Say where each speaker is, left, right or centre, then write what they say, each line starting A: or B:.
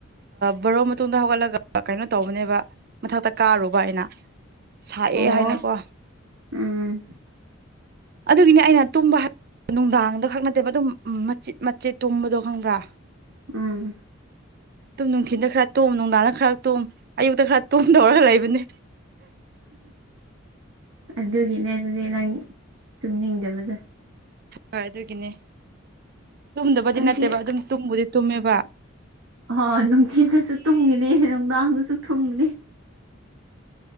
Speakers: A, on the right (about 45°); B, on the right (about 75°).
A: ꯕꯔꯣ ꯃꯇꯨꯡꯗ ꯍꯧꯒꯠꯂꯒ ꯀꯩꯅꯣ ꯇꯧꯕꯅꯦꯕ ꯃꯊꯛꯇ ꯀꯥꯔꯨꯕ ꯑꯩꯅ ꯁꯥꯏꯑꯦ
B: ꯑꯣ
A: ꯍꯥꯏꯅꯀꯣ
B: ꯎꯝ
A: ꯑꯗꯨꯒꯤꯅꯦ ꯑꯩꯅ ꯇꯨꯝꯕ ꯅꯨꯡꯗꯥꯡꯗ ꯈꯛ ꯅꯠꯇꯦꯕ ꯑꯗꯨꯝ ꯃꯆꯤꯠ ꯃꯆꯤꯠ ꯇꯨꯝꯕꯗꯣ ꯈꯪꯕ꯭ꯔꯥ
B: ꯎꯝ
A: ꯇꯨꯝ ꯅꯨꯡꯊꯤꯟꯗ ꯈꯔ ꯇꯣꯝ ꯅꯨꯡꯗꯥꯡꯗ ꯈꯔ ꯇꯨꯝ ꯑꯌꯨꯛꯇ ꯈꯔ ꯇꯨꯝ ꯇꯧꯔꯒ ꯂꯩꯕꯅꯦ
B: ꯑꯗꯨꯒꯤꯅꯦ ꯑꯗꯨꯗꯤ ꯅꯪ ꯇꯨꯝꯅꯤꯡꯗꯕꯗꯨ
A: ꯍꯣꯏ ꯑꯗꯨꯒꯤꯅꯦ ꯇꯨꯝꯗꯕꯗꯤ
B: ꯑꯩꯗꯤ
A: ꯅꯠꯇꯦꯕ ꯑꯗꯨꯝ ꯇꯨꯝꯕꯨꯗꯤ ꯇꯨꯝꯃꯦꯕ
B: ꯑꯣ ꯅꯨꯡꯊꯤꯜꯗꯁꯨ ꯇꯨꯝꯒꯅꯦ ꯅꯨꯡꯗꯥꯡꯗꯁꯨ ꯊꯨꯝꯒꯅꯤ